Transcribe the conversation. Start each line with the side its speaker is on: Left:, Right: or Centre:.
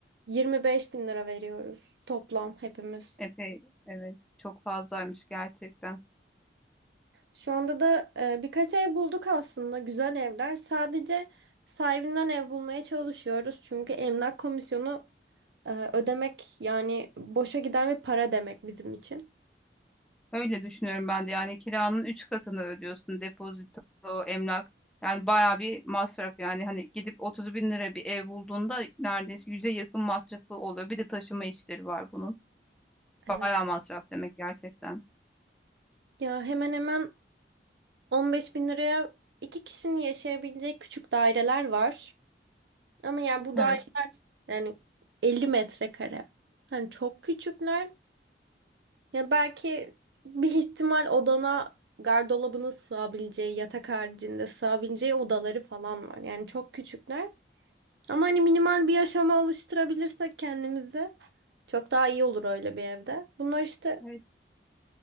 Right: 25 bin lira veriyoruz toplam hepimiz.
Centre: Epey evet çok fazlaymış gerçekten.
Right: Şu anda da e, birkaç ev bulduk aslında güzel evler. Sadece sahibinden ev bulmaya çalışıyoruz. Çünkü emlak komisyonu Ee, ödemek yani boşa giden bir para demek bizim için.
Centre: Öyle düşünüyorum ben de yani kiranın 3 katını ödüyorsun depozito, emlak. Yani bayağı bir masraf yani hani gidip 30 bin lira bir ev bulduğunda neredeyse yüze yakın masrafı oluyor. Bir de taşıma işleri var bunun.
Right: Evet.
Centre: Bayağı masraf demek gerçekten.
Right: Ya hemen hemen 15 bin liraya iki kişinin yaşayabileceği küçük daireler var. Ama yani bu
Centre: Evet.
Right: daire yani 50 metrekare. Hani çok küçükler. Ya belki bir ihtimal odana gardırobunu sığabileceği, yatak haricinde sığabileceği odaları falan var. Yani çok küçükler. Ama hani minimal bir yaşama alıştırabilirsek kendimizi çok daha iyi olur öyle bir evde. Bunlar işte
Centre: Evet.